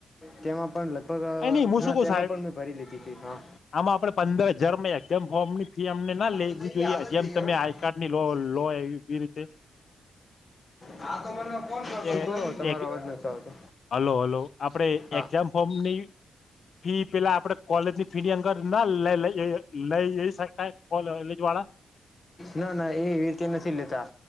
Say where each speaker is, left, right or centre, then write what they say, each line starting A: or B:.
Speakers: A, on the left (about 30°); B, on the left (about 55°).
A: તેમાં પણ લગભગ
B: એ નઈ હું શું
A: ના
B: ક
A: તેમાં
B: સાહેબ
A: પણ મેં ભરી લીધી હતી હા
B: આમાં આપડે પંદર હજરમા એકજીમ ફોર્મ થી અમને ના
A: આ
B: લેવું
A: તો જઈએ
B: જોઈએ
A: હાલ જ
B: જેમ
A: જઈએ
B: તમે
A: હળો.
B: આઈ કાર્ડ ની લો લો એ વી રીતે.
A: હા તો મને
B: એ
A: કોયો તમારો અવાજ નથી આવતો
B: હલો હલો આપડે
A: હા
B: એક્ઝામ ફોર્મની ફી પેલા આપડે કોલેજ ની ફી ની અંદર ના લઈ લઈ જઈ શકાય કોલેજ વાળા
A: ના ના એ એવી રીતે નથી લેતા